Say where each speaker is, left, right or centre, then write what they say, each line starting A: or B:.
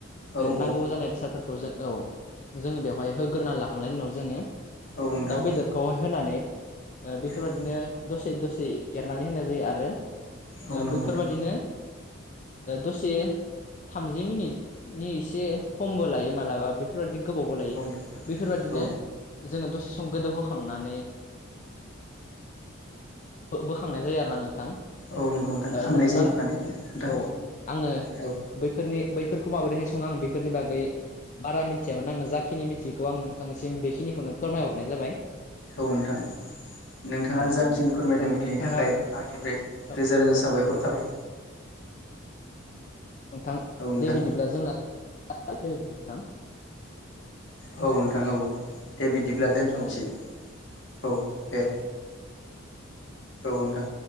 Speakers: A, on the left (about 60°); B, on the left (about 40°).
A: औ औ
B: नांगौ जानाय बेसादफोरखौ खौ जों औ जोङो बेवहाय होग्रोना लाखांनायनि उनाव जोङो
A: औ नोंथां
B: दाउ बेदरखौ होनानै बेफोरबायदिनो
A: औ
B: दसे दसे एरनानै होनाय जायो आरो।
A: औ नंगौ
B: बैफोरबादिनो
A: नोंथां
B: दसे थामजि मिनिटनि एसे खमबो लायो मालाबा बेफोरबायदि गोबाव बो लायो
A: औ नंगौ नोंथां
B: बेफोरबायदिनो
A: औ
B: जोङो दसे सम गोदौहोखांनानै बोखांनाय जायो आरो ना नोंथां।
A: औ नंगौ खांनाय
B: नोंथां
A: जायो माने नोंथां
B: औ आङो
A: औ
B: बैफोरनि बैफोरखौ माबोरैहाय सङो आं बेफोरनि बागै बारा मिथियामोन आङो जाखिनि मिथिग आं नोंथांनिसिम बेखिनि खौ नों फोरमायहरनाय जाबाय।
A: औ नोंथां नोंथाङा
B: ओ
A: जाखिनि फोरमायदों
B: औ
A: बेनि
B: नोंथाङा
A: थाखाय आंनिफ्राय
B: औ
A: रोजा रोजा साबायखर थाबाय।
B: नोंथां
A: औ नोंथां
B: दे बिदिब्ला जोंना <unintelligible>
A: औ नोंथां औ दे बिदि ब्ला दोनथनोसै
B: औ
A: औ दे। औ नोंथां